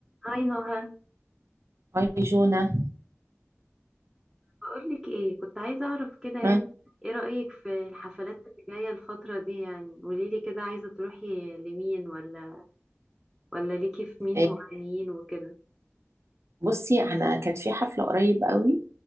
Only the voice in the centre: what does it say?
هاي نهى
بقولك ايه كنت عايزة اعرف كده يعني
ايه رأيك في الحفلات اللي جاية الفترة دي يعني قوليلي كده عايزة تروحي لمين ولا ولا ليكي في مين
مغنيين وكده